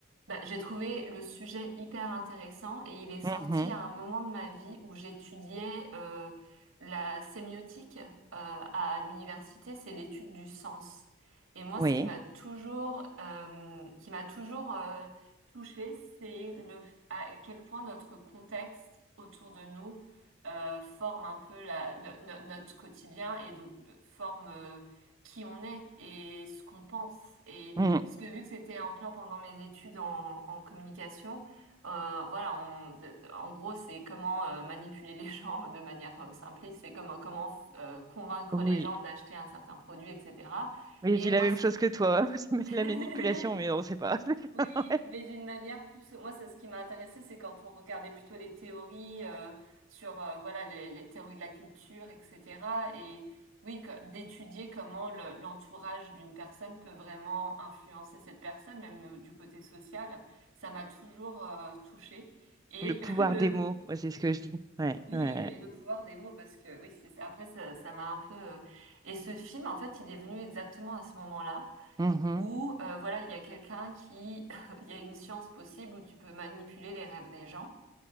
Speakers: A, on the right; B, on the right.
A: bah, j'ai trouvé le sujet hyper intéressant et il est sorti
B: Mhm,
A: à un moment de ma vie où j'étudiais euh, la sémiotique euh, à l'université, c'est l'étude du sens. Et moi,
B: oui,
A: ce qui m'a toujours, euh, qui m'a toujours euh, touchée, c'est le à quel point notre contexte autour de nous euh, forme un peu la, no- no- notre quotidien et donc euh, forme euh, qui on est et ce qu'on pense. Et
B: mhm,
A: parce que vu que c'était en plein pendant mes études en, en communication, euh, voilà, on, de- de- en gros, c'est comment euh, manipuler les <laughs> gens de manière euh, simpliste, c'est comment comment euh, convaincre
B: oui.
A: les gens d'acheter un certain produit, etc.
B: Mais
A: Et
B: je dis
A: moi,
B: la même
A: ce
B: chose
A: que...
B: que toi. <laughs> C'est
A: <laughs>
B: de la manipulation, mais on sait pas. <laughs>
A: Oui,
B: Ouais.
A: mais d'une manière plus. Moi, c'est ce qui m'a intéressé, c'est quand on regardait plutôt les théories euh, sur euh, voilà les, les théories de la culture, etc. Et oui, que- d'étudier comment le- l'entourage d'une personne peut vraiment influencer cette personne, même euh, du côté social, ça m'a toujours euh, touchée. Et
B: Le pouvoir
A: <laughs> le
B: des mots, moi, c'est ce que je dis. Ouais,
A: oui,
B: ouais.
A: et le pouvoir des mots, parce que oui, c'est après ça, ça m'a un peu. euh, Et ce film, en fait, il est venu exactement à ce moment-là
B: Mhm,
A: où euh, voilà, il y a quelqu'un qui, <laughs> il y a une science possible où tu peux manipuler les rêves des gens.